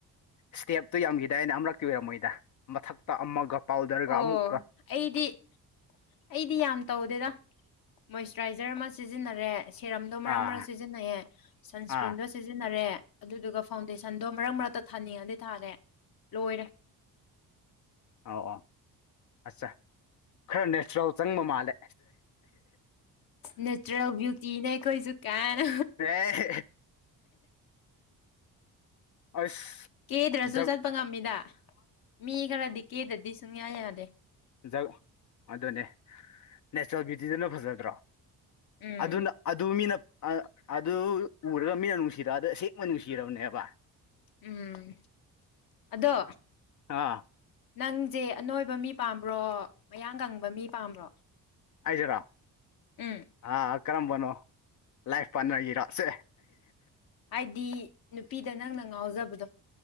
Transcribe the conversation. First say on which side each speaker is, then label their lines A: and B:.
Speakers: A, on the left; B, on the left.
A: ꯏꯁꯇꯦꯞꯇꯣ ꯌꯥꯝꯈꯤꯗꯥꯏꯅꯦ ꯑꯃꯔꯛꯇꯤ ꯑꯣꯏꯔꯝꯃꯣꯏꯗ ꯃꯊꯛꯇ ꯑꯃꯒ ꯄꯥꯎꯗꯔꯒ
B: ꯑꯣ
A: ꯑꯃꯨꯛꯀ
B: ꯑꯩꯗꯤ ꯑꯩꯗꯤ ꯌꯥꯝ ꯇꯧꯗꯦꯗ ꯃꯣꯏꯆꯔꯥꯏꯖꯔ ꯑꯃ ꯁꯤꯖꯤꯟꯅꯔꯦ ꯁꯦꯔꯝꯗꯣ ꯃꯔꯛ
A: ꯑꯥ
B: ꯃꯔꯛ ꯁꯤꯖꯤꯟꯅꯩꯌꯦ ꯁꯟꯁꯀ꯭ꯔꯤꯟꯗꯣ
A: ꯑꯥ
B: ꯁꯤꯖꯤꯟꯅꯔꯦ ꯑꯗꯨꯗꯨꯒ ꯐꯥꯎꯟꯗꯦꯁꯟꯗꯣ ꯃꯔꯛ ꯃꯔꯛꯇ ꯊꯥꯅꯤꯡꯉꯗꯤ ꯊꯥꯒꯦ ꯂꯣꯏꯔꯦ
A: ꯑꯩ ꯑꯥ ꯑꯠꯆꯥ ꯈꯔ ꯅꯦꯆꯔꯦꯜ ꯆꯪꯕ ꯃꯥꯜꯂꯦ
B: ꯅꯦꯆꯔꯦꯜ ꯕ꯭ꯌꯨꯇꯤꯅꯦ ꯑꯈꯣꯏꯁꯨ ꯀꯥꯏꯅ
A: ꯑꯦ ꯑꯁ
B: ꯀꯦꯗ꯭ꯔꯁꯨ
A: ꯖ
B: ꯆꯠꯄ ꯉꯝꯃꯤꯗ ꯃꯤ ꯈꯔꯥꯗꯤ ꯀꯦꯗꯗꯤ ꯁꯨꯡꯌꯥ ꯌꯗꯦ
A: ꯖꯑꯣ ꯑꯗꯨꯅꯦ ꯅꯦꯆꯔꯦꯜ ꯕ꯭ꯌꯨꯇꯤꯗꯨꯅ ꯐꯖꯗ꯭ꯔꯣ
B: ꯎꯝ
A: ꯑꯗꯨꯅ ꯑꯗꯨ ꯃꯤꯅ ꯑ ꯑꯗꯨ ꯎꯔꯒ ꯃꯤꯅ ꯅꯨꯡꯁꯤꯔ ꯑꯗꯨ ꯑꯁꯦꯡꯕ ꯅꯨꯡꯁꯤꯔꯕꯅꯦꯕ
B: ꯎꯝ ꯑꯗꯣ
A: ꯑꯥ
B: ꯅꯪꯁꯦ ꯑꯅꯣꯏꯕ ꯃꯤ ꯄꯥꯝꯕ꯭ꯔꯣ ꯃꯌꯥꯡ ꯀꯪꯕ ꯃꯤ ꯄꯥꯝꯕ꯭ꯔꯣ
A: ꯑꯩꯖꯤꯔꯣ
B: ꯎꯝ
A: ꯑꯥ ꯀꯔꯝꯕꯅꯣ ꯂꯥꯏꯐ ꯄꯥꯠꯅꯔꯒꯤꯔꯣ ꯁꯦ
B: ꯍꯥꯏꯗꯤ ꯅꯨꯄꯤꯗ ꯅꯪꯅ ꯉꯥꯎꯖꯕꯗꯣ